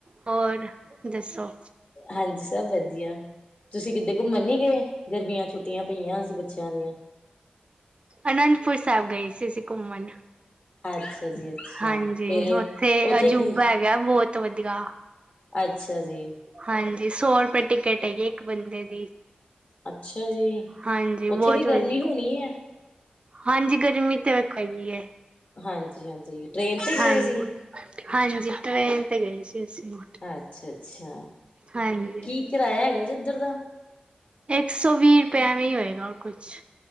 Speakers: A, on the right (about 35°); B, on the left (about 50°).
A: ਹੋਰ ਦੱਸੋ?
B: ਹਾਂਜੀ ਸਭ ਤੁਸੀਂ ਕਿੱਦੇ ਘੁੰਮਣ ਨੀ ਗਏ ਗਰਮੀਆਂ ਛੁੱਟੀਆਂ ਪਈਆਂ ਸੀ ਬੱਚਿਆਂ ਦੀਆਂ।
A: ਅਨੰਦਪੁਰ ਸਾਹਿਬ ਗਏ ਸੀ ਅਸੀਂ ਘੁੰਮਣ
B: ਅੱਛਾ ਜੀ ਅੱਛਾ
A: ਹਾਂਜੀ
B: ਫੇਰ ਉੱਥੇ
A: ਅਜੂਬਾ
B: ਕੀ
A: ਹੈਗਾ ਬਹੁਤ ਵਧੀਆ।
B: ਅੱਛਾ ਜੀ
A: ਹਾਂਜੀ ਸੌ ਰੁਪਏ ਟਿਕਟ ਹੈਗੀ ਏ ਇੱਕ ਬੰਦੇ ਦੀ
B: ਅੱਛਾ ਜੀ
A: ਹਾਂਜੀ ਬਹੁਤ
B: ਉੱਥੇ ਵੀ ਗਰਮੀ
A: ਵਧੀਆ।
B: ਹੋਣੀ ਹੈ
A: ਹਾਂਜੀ ਗਰਮੀ ਤਾਂ ਵੇਖੋ ਹੈਗੀ ਏ
B: ਹਾਂਜੀ ਹਾਂਜੀ ਟ੍ਰੇਨ ਤੇ ਗਏ
A: ਹਾਂ
B: ਸੀ
A: ਹਾਂਜੀ ਟ੍ਰੇਨ ਤੇ ਗਈ ਸੀ। ਅਸੀਂ।
B: ਅੱਛਾ ਅੱਛਾ
A: ਹਾਂਜੀ
B: ਕੀ ਕਿਰਾਇਆ ਹੈਗਾ ਜੀ ਉਧਰ ਦਾ
A: ਇੱਕ ਸੌ ਵੀਹ ਰੁਪਇਆ ਐਵੇਂ ਹੀ ਹੋਏਗਾ ਕੁਛ